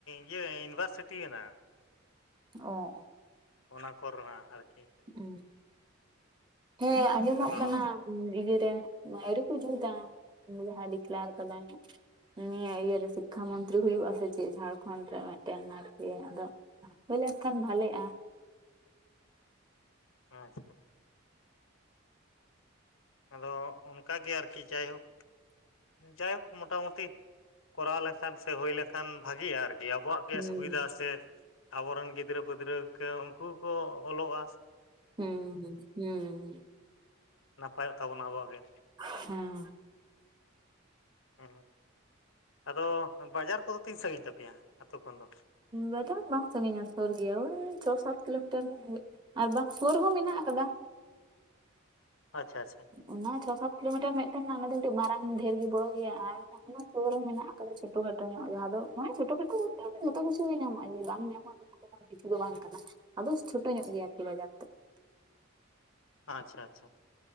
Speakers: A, on the left; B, on the right.
A: ᱤᱭᱟᱹ ᱤᱭᱩᱱᱤᱵᱷᱟᱨᱥᱤᱴᱤ ᱢᱮᱱᱟᱜᱼᱟ
B: ᱚᱸᱻ ᱚᱸᱻ
A: ᱚᱱᱟ ᱠᱚᱨᱮ ᱟᱨᱠᱤ
B: ᱚ ᱦᱮᱸ ᱟᱸᱡᱚᱢᱚᱜ
A: ᱟᱫᱚ
B: <unintelligible> ᱡᱟᱦᱟᱸᱭ ᱫᱤᱠᱞᱟᱨ ᱟᱠᱟᱫᱟᱭ ᱱᱤᱭᱟᱹ ᱤᱭᱟᱹᱨᱮ ᱥᱤᱠᱠᱷᱟ ᱢᱚᱱᱛᱨᱤ ᱦᱩᱭᱩᱜᱼᱟ ᱥᱮ ᱪᱮᱫ ᱡᱷᱟᱲᱠᱷᱚᱸᱰ ᱨᱮ ᱢᱤᱫᱴᱮᱱ ᱟᱨᱠᱤ ᱟᱫᱚ ᱦᱩᱭᱟᱹ ᱞᱮᱱᱠᱷᱟᱱ ᱵᱷᱟᱞᱮᱜᱼᱟ
A: ᱟᱪᱪᱷᱟ ᱟᱫᱚ ᱚᱱᱠᱟ ᱜᱮ ᱟᱨᱠᱤ ᱡᱟᱭᱦᱳᱠ ᱡᱟᱭᱦᱳᱠ ᱢᱚᱴᱟᱢᱩᱴᱤ ᱠᱚᱨᱟᱣ ᱞᱮᱱᱠᱷᱟᱱ ᱥᱮ ᱦᱩᱭ ᱞᱮᱱᱠᱷᱟᱱ ᱵᱷᱟᱜᱤᱭᱟ ᱟᱨᱠᱤ ᱟᱵᱚᱣᱟᱜ ᱜᱮ
B: ᱦᱩᱸ
A: ᱥᱩᱵᱷᱤᱫᱟ ᱥᱮ ᱟᱵᱚᱨᱮᱱ ᱜᱤᱫᱽᱨᱟᱹ ᱯᱤᱫᱽᱨᱟᱹ ᱠᱚ ᱩᱱᱠᱩ ᱠᱚ ᱚᱞᱚᱜ-ᱟ
B: ᱦᱩᱸ ᱦᱩᱸ
A: ᱱᱟᱯᱟᱭᱚᱜ ᱛᱟᱵᱚᱱᱟ ᱟᱵᱚᱣᱟᱜ ᱜᱮ
B: ᱦᱩᱸ
A: ᱦᱮᱸ ᱟᱫᱚ ᱵᱟᱡᱟᱨ ᱠᱚᱫᱚ ᱛᱤᱱ ᱥᱟᱺᱜᱤᱧ ᱛᱟᱯᱮᱭᱟ ᱟᱹᱛᱩ ᱠᱷᱚᱱ ᱫᱚ
B: ᱵᱟᱡᱟᱨ ᱵᱟᱝ ᱥᱟᱺᱜᱤᱧᱟ ᱥᱩᱨ ᱜᱮᱭᱟ ᱳᱭ ᱪᱷᱚ ᱥᱟᱛ ᱠᱤᱞᱳ ᱢᱤᱴᱟᱨ ᱜᱟᱱ ᱦᱩᱭᱩᱜ-ᱟ ᱟᱨ ᱵᱟᱝ ᱥᱩᱨ ᱨᱮᱦᱚᱸ ᱢᱮᱱᱟᱜ ᱟᱠᱟᱫᱟ
A: ᱟᱪᱪᱷᱟ ᱟᱪᱷᱟ
B: ᱚᱱᱟ ᱪᱷᱚ ᱥᱟᱛ ᱠᱤᱞᱳᱢᱤᱴᱟᱨ ᱢᱤᱫᱴᱮᱱ ᱚᱱᱟ ᱫᱚᱴᱤᱡ ᱢᱟᱨᱟᱝ ᱰᱷᱮᱨ ᱜᱮ ᱵᱚᱲᱚ ᱜᱮᱭᱟ ᱟᱨ ᱥᱩᱨ ᱨᱮ ᱢᱮᱱᱟᱜ ᱟᱠᱟᱫᱟ ᱪᱷᱳᱴᱳ ᱠᱷᱟᱴᱳ ᱧᱚᱜ ᱡᱟᱦᱟᱸ ᱫᱚ ᱢᱟᱱᱮ ᱪᱳᱴᱳ ᱠᱷᱟᱴᱳ ᱵᱚᱞᱛᱮ ᱡᱷᱚᱛᱚ ᱠᱤᱪᱷᱩ ᱜᱮ ᱧᱟᱢᱚᱜ-ᱟ ᱡᱮ ᱵᱟᱝ ᱧᱟᱢᱚᱜ-ᱟ ᱚᱱᱠᱟᱱ ᱠᱤᱪᱷᱩ ᱫᱚ ᱵᱟᱝ ᱠᱟᱱᱟ ᱟᱫᱚ ᱪᱷᱳᱴᱳ ᱧᱚᱜ ᱜᱮᱭᱟ ᱟᱨᱠᱤ ᱵᱟᱡᱟᱨ ᱛᱮᱛ
A: ᱟᱪᱪᱷᱟ ᱟᱪᱪᱷᱟ